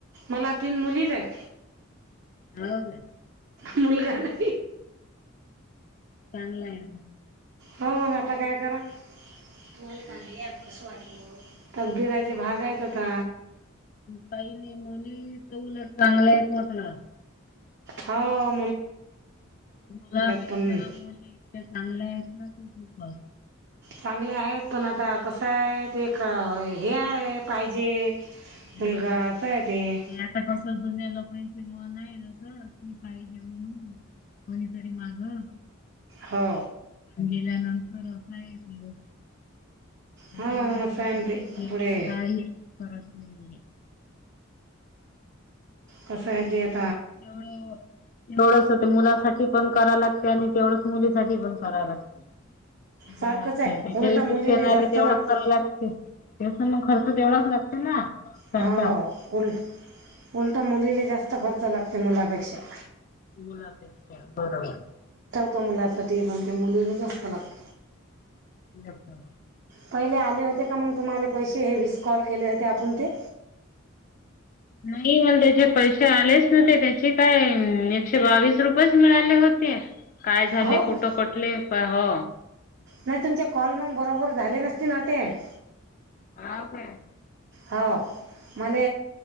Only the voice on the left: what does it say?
हो ना
चांगलं आहे
काही नाही मुली,, तर उलट चांगले आहेतेत म्हटलं.
मुला, मुली
इतक्या चांगल्या आहेत ना,, ते. खूपचऽ
हम्म
ते आता कसं जुन्या मन आहे, जस की पाहिजे, म्हणून कोणीतरी मागऽ
गेल्यानंतर असा आहे तऽ
काही नसते
मुलगा,
मुलगी
काही परतऽ नाही.
हो, तेवढस ते मुलासाठी पण कराव लागते, आणि तेवढंच मुलीसाठी पण कराव लागते. जे
हाय ते,
जे
शिक्षण
नाले
तेवढंच
करा लागतेऽ तेस मग खर्च तेवढाच लागते ना. सरकार
मुलापेक्षा बरोबर
अछा
नाही मला त्याचे पैसे आलेच नते त्याचे काय एकशे बावीस रुपयेच मिळाले होते काय झाली
कुठं
पटले काय हो
ह का